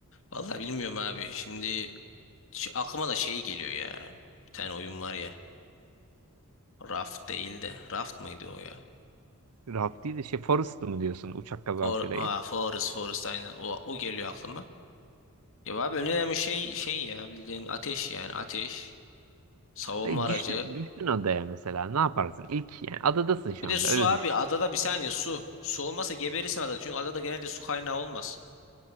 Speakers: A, on the left; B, on the right.
A: Vallahi bilmiyorum abi. Şimdi şu aklıma da şey geliyor ya. Bir tane oyun var ya. Raft değil de. Raft mıydı o ya?
B: Raft değil de şey Forrest mı diyorsun uçak kazasıyla
A: For, ha, Forest Forest aynen. O, o geliyor aklıma. Ya abi en önemli şey şey ya bildiğin ateş yani ateş, savunma
B: Hayır,
A: aracı.
B: düştün, düştün adaya mesela ne yaparsın? İlk yani adadasın şu
A: Bir de
B: anda
A: su
B: öyle
A: abi
B: düşün.
A: adada bir saniye su. Su olmasa geberirsin adada çünkü adada genelde su kaynağı olmaz.